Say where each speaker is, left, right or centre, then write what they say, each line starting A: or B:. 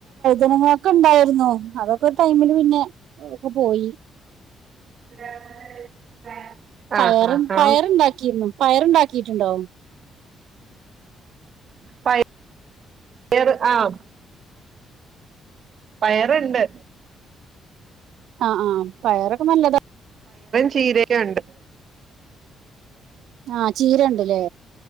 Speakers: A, on the right; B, on the right.
A: ഇനങ്ങളൊക്കെ ഉണ്ടായിരുന്നു അത് ഇ ടൈമില് പിന്നെ പോയി
B: <unintelligible>
A: പയർ
B: ആഹ് ആഹ്
A: പയറുണ്ടാക്കിരുന്നു
B: ആഹ്
A: പയറണ്ടാക്കി ക്കിയിട്ടുണ്ടോ
B: പ പയറ് ആഹ് പയറുണ്ട്
A: ആഹ് ആഹ് പയറൊക്കെ നല്ലതാ
B: ചീരയൊക്കെ ഉണ്ട്
A: ആഹ് ചീരയുണ്ടല്ലേ